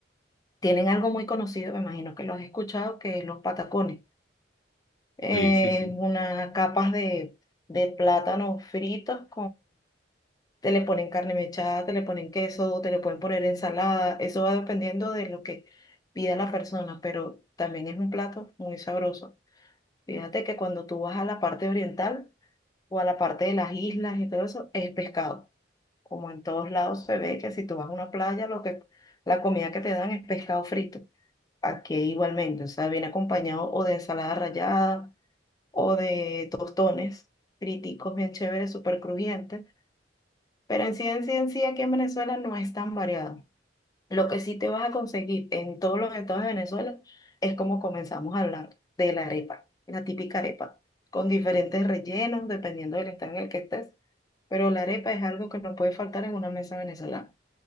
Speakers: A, on the left; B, on the left.
A: Tienen algo muy conocido, me imagino que lo has escuchado, que es los patacones. Eh,
B: Sí, sí, sí.
A: una capas de, de plátano fritos te le ponen carne mechada, te le ponen queso, te le pueden poner ensalada, eso va dependiendo de lo que pida la persona, pero también es un plato muy sabroso. Fíjate que cuando tú vas a la parte oriental o a la parte de las islas y todo eso, es pescado. Como en todos lados se ve que si tú vas a una playa, lo que la comida que te dan es pescado frito. Aquí igualmente, o sea, viene acompañado o de ensalada rallada o de tostones friticos bien chéveres, súper crujientes pero en sí, en sí, en sí, aquí en Venezuela no es tan variado. Lo que sí te vas a conseguir en todos los estados de Venezuela es como comenzamos a hablar de la arepa, la típica arepa, con diferentes rellenos dependiendo del estado en el que estés. Pero la arepa es algo que no puede faltar en una mesa venezolana.